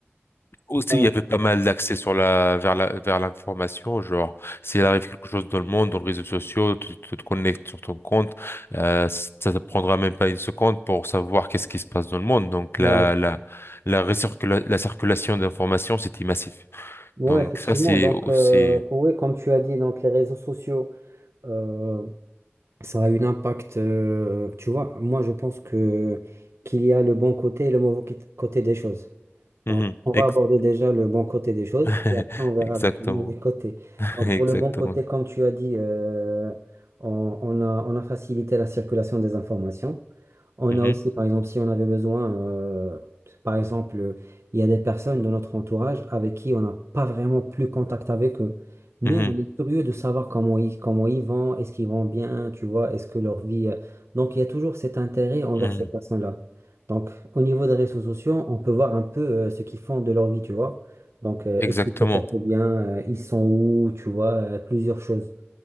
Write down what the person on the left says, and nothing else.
aussi,
il y avait pas mal d'accès sur la, vers la, vers l'information, genre, s'il arrive quelque chose dans le monde, dans les réseaux sociaux, tu, tu te connectes sur ton compte, euh, ça te prendra même pas une seconde pour savoir qu'est-ce qui se passe dans le monde. Donc,
la, la, la, recircula- la circulation d'informations, c'était massif.
Donc,
ça, c'est
aussi,
Mhm.
Ex-
<laughs>
Exactement.
<laughs>
Exactement.
Mhm.
Mhm.
Mhm.
Exactement.